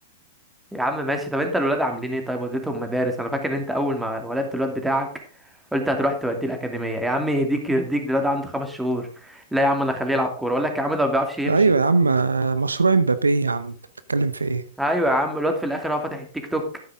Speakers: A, in the centre; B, on the right.
A: يا عم ماشي طب انت الولاد عاملين ايه طيب وديتهم مدارس انا فاكر ان انت اول ما ولدت الواد بتاعك قلت هتروح توديه الاكاديميه يا عم يهديك يرضيك ده الواد عنده خمس شهور لا يا عم انا اخليه يلعب كوره اقول لك يا عم ده ما بيعرفش يمشي
B: ايوه يا عم مشروع امبابي يا عم انت بتتكلم في ايه
A: ايوه يا عم الواد في الاخر هو فاتح التيك توك